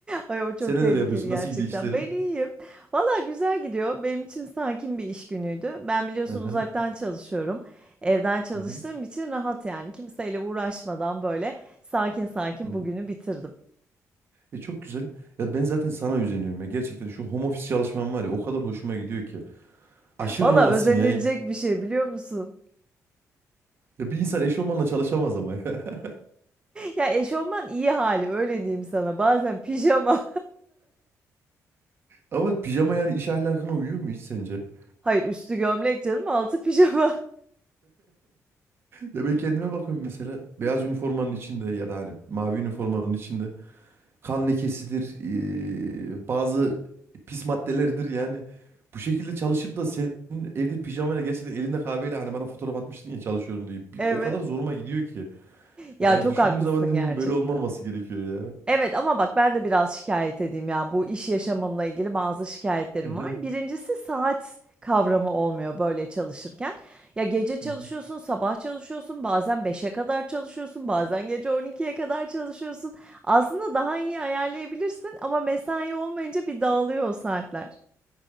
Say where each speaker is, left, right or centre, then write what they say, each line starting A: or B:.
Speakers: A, on the right; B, on the right.
A: Ay o çok
B: Sen neler
A: tehlikeli
B: yapıyorsun?
A: gerçekten.
B: Nasıl gidiyor işlerin?
A: Ben iyiyim. Valla güzel gidiyor. Benim için sakin bir iş günüydü. Ben biliyorsun
B: Aha.
A: uzaktan çalışıyorum. Evden çalıştığım
B: Hı hı.
A: için rahat yani. Kimseyle uğraşmadan böyle sakin sakin
B: Hı hı.
A: bugünü bitirdim.
B: E çok güzel. Ya ben zaten sana özeniyorum ya. Gerçekten şu home office çalışmam var ya o kadar hoşuma gidiyor ki. Aşırı
A: Valla
B: rahatsın
A: özenilecek
B: ya. Ya
A: bir şey biliyor musun? <laughs>
B: bir insan eşofmanla çalışamaz ama ya. <laughs>
A: Ya eşofman iyi hali öyle diyeyim sana. Bazen pijama.
B: Ama pijama yani iş ahlakına uyuyor mu hiç sence? <laughs>
A: <laughs> Hayır üstü gömlek canım altı pijama. <laughs>
B: Ya ben kendime bakıyorum mesela beyaz üniformanın içinde ya da hani mavi üniformanın içinde. kan lekesidir, e, bazı pis maddeleridir yani. Bu şekilde çalışıp da senin evde pijamayla gerçekten elinde kahveyle hani bana fotoğraf atmıştın ya çalışıyorum diye. Bir,
A: Evet.
B: o kadar zoruma gidiyor ki.
A: Ya
B: Yani
A: çok
B: düşündüğüm
A: haklısın
B: zaman diyorum
A: gerçekten.
B: böyle olmaması gerekiyor ya.
A: Evet ama bak ben de biraz şikayet edeyim ya. Bu iş yaşamımla ilgili bazı şikayetlerim
B: Hı hı.
A: var. Birincisi saat kavramı olmuyor böyle çalışırken. Ya gece çalışıyorsun,
B: Hı hı.
A: sabah çalışıyorsun, bazen beşe kadar çalışıyorsun, bazen gece on ikiye kadar çalışıyorsun. Aslında daha iyi ayarlayabilirsin ama mesai olmayınca bir dağılıyor o saatler.